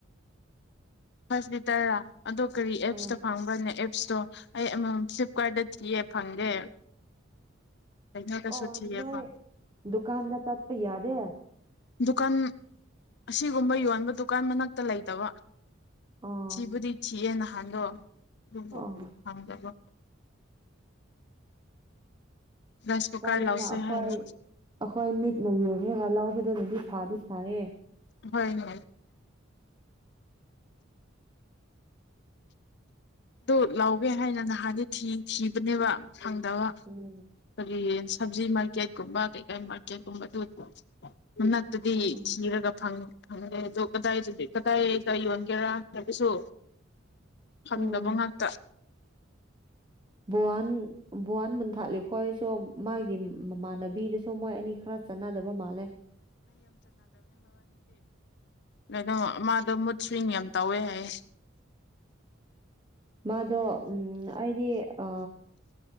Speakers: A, on the left (about 60°); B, on the right (about 25°).
A: ꯍꯁꯕꯤꯇꯥꯔ ꯑꯗꯣ ꯀꯔꯤ ꯑꯦꯞꯁꯇ
B: ꯎꯝ
A: ꯐꯪꯕ꯭ꯔꯅꯦ ꯏꯁꯇꯣ ꯑꯩ ꯐ꯭ꯂꯤꯞꯀꯥꯔꯗꯠꯇ ꯊꯤꯌꯦꯦ ꯐꯪꯗꯦ ꯀꯩꯅꯣꯗꯁꯨ
B: ꯑꯣ
A: ꯊꯤꯌꯦꯕ
B: ꯅꯣꯏ ꯗꯨꯀꯥꯟꯗ ꯇꯠ ꯄꯩ ꯌꯥꯗ
A: ꯗꯨꯀꯥꯟ ꯑꯁꯤꯒꯨꯝꯕ ꯌꯣꯟꯕ ꯗꯨꯀꯥꯟ ꯃꯅꯥꯛꯇ ꯂꯩꯗꯕ
B: ꯑꯣ
A: ꯁꯤꯕꯤ ꯊꯤ ꯍꯪꯗꯣ ꯂꯕꯣꯗꯕ
B: ꯑꯣ
A: ꯔꯥꯏꯁ ꯀꯨꯀꯔ
B: ꯀꯥꯟꯗꯅ
A: ꯂꯧꯁꯦ
B: ꯑꯩꯈꯣꯏ
A: ꯍꯥꯏꯅ
B: ꯑꯩꯈꯣꯏ ꯃꯤꯠꯅꯌꯦ ꯒ ꯂ ꯇ ꯅꯗꯤ ꯐꯥꯗꯤ ꯐꯥꯌꯦ
A: ꯍꯣꯏꯅꯦ ꯑꯗꯨ ꯂꯥꯎꯒꯦ ꯍꯥꯏꯅ ꯅꯍꯥꯟꯗꯤ ꯊꯤ ꯊꯤꯕꯅꯦꯕ ꯐꯪꯗꯕ
B: ꯎꯝ
A: ꯀꯔꯤ ꯁꯕꯖꯤ ꯃꯥꯔꯀꯦꯠ ꯀꯨꯝꯕ ꯀꯩꯀꯥ ꯃꯥꯔꯀꯦꯠꯀꯨꯝꯕꯗꯨ ꯃꯅꯥꯛꯇꯗꯤ
B: ꯎꯝ
A: ꯊꯤꯔꯒ ꯐꯪꯗꯦ ꯑꯣ ꯀꯗꯥꯏꯗ ꯀꯗꯥꯏꯗ ꯌꯣꯟꯒꯦꯔꯥ ꯍꯥꯏꯕꯁꯨ ꯈꯪꯗꯕ
B: ꯎꯝ
A: ꯉꯥꯛꯇ
B: ꯕꯨꯍꯟ ꯕꯨꯍꯟ ꯃꯟ ꯊꯥꯂꯤꯈꯣꯏꯁꯨ ꯃꯥꯒꯤ ꯃꯃꯥꯟꯅꯕꯤꯗꯁꯨ ꯃꯣꯏ ꯑꯅꯤ ꯈꯔ ꯆꯥꯟꯅꯗꯕ ꯃꯥꯜꯂꯦ
A: ꯀꯗꯝ ꯃꯥꯗꯣ ꯃꯨꯠ ꯁ꯭ꯋꯤꯡ ꯌꯥꯝ ꯇꯧꯋꯦ ꯍꯥꯏꯌꯦ
B: ꯃꯥꯗ ꯎꯝ ꯑꯩꯗꯤ ꯑ